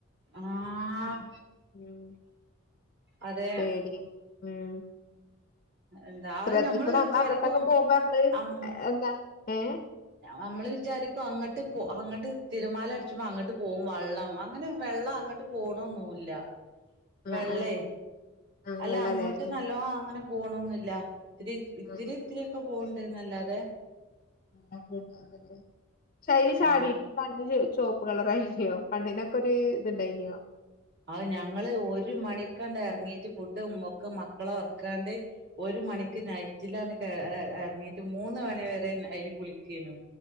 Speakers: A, on the right (about 50°); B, on the left (about 35°).
A: ആഹ്
B: ഉം
A: അതെ
B: പേടിയാ ഉം
A: എന്താ
B: ശ്രദ്ധിക്കണം
A: അത് ഞമ്മള്
B: നമ്മ
A: വിചാരിക്കും
B: അങ്ങോട്ടൊക്കെ പോകുമ്പോമ്മള്
A: അമ്മ
B: എന്താ ഏ
A: നമ്മള് വിചാരിക്കും അങ്ങട്ട് പോ അങ്ങോട്ട് തിരമാല അടിച്ച്പോ അങ്ങോട്ട് പോകും വള്ളം അങ്ങനെ വെള്ളം അങ്ങട്ട് പോണോന്നുല്ല
B: ആ
A: വെള്ളേ
B: ആ ആ
A: അല്ല
B: വെള്ളല്ലേ
A: അങ്ങോട്ട്
B: ആ ആ
A: നല്ലോ അങ്ങനെ പോണൊന്നില്ല ഇത്തിരി ഇത്തിരി
B: ആ.
A: ഇത്തിരിയൊക്കെ പോണ് ണ്ടന്നല്ലാതെ
B: പക്ഷെ അയിൽ ചാടിട്ട്
A: ആഹ്
B: കണ്ണ് നല്ലൊരു ചുവപ്പ് കളറ ആയില്ലോ കണ്ണിനൊക്കെ ഒര് ഇതിണ്ടായിനോ
A: ഔ ഞങ്ങള് ഒരു മണിക്കാണ്ട് എർങ്ങീട്ട് ഫുഡും ഒക്കെ മക്കളെ ഒർക്കാണ്ട് ഒരു മണിക്ക് നൈറ്റിലാണ് എർങ്ങീട്ട് മൂന്ന് മണി വരെ അയ്ൽ കുളിക്കേനു